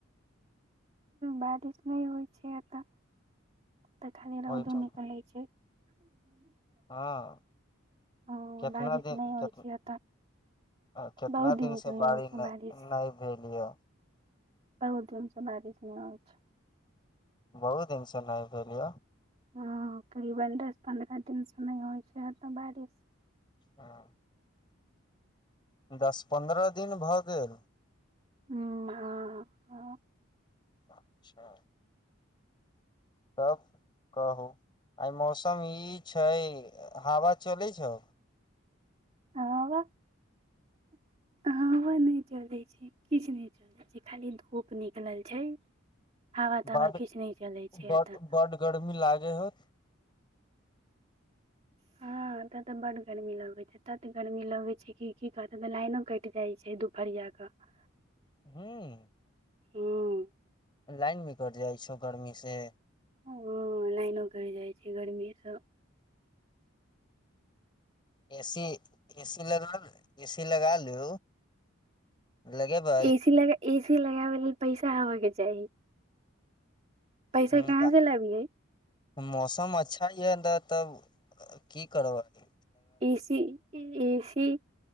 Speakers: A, on the right; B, on the left.
A: बारिश नय होइ छै एतऽ एतऽ खाली रौदो
B: ओहिठाम
A: निकलै छै <inaudible>
B: हँ
A: ओ
B: केतना
A: बारिश
B: दिन
A: नहि होइ
B: केत
A: छै एतऽ
B: आ कितना
A: बहुत
B: दिन से
A: नहि
B: बारी
A: होइ छै
B: न
A: बारिश
B: भेल यै
A: बहुत दिनों से बारिश नय होय छै
B: बहुत दिन सँ नय भेल
A: हाँ करीबन दस पन्द्रह दिन सँ नय होई छै एहन बारिश
B: हाँ दस पन्द्रह दीन भऽ गेल
A: हूँ हाँ हम
B: अच्छा तब कहू आई मौसम ई छय हवा चलैत छौ
A: आव हवा नय चलै छै किछु नहि चलै छै खाली धूप निकले छै हावा तावा
B: बड
A: किछ नहि चलै छै
B: बड
A: एतय
B: बड गर्मी लागै होउ
A: हाँ ऐ तऽ बड़ गर्मी लगै छै ए गर्मी लगे छै क की कहते तऽ लाइटो कटि जाय छै दुफरीओ कऽ न
B: हूँ
A: हूँ
B: लाइन भी कट जाई छय गर्मी से
A: हाँ लाइनो कइट जाई छै गर्मी सँ
B: एसी एसी लगा ए सी लगा लु लगेबइ
A: एसी लग एसी लगाबे लेल पैसा होबय के चाही पैसा
B: ह
A: कहाँ
B: तऽ
A: से लबियइ
B: मौसम अच्छा यऽ तऽ ने तब की करबइ
A: एसी ए एसी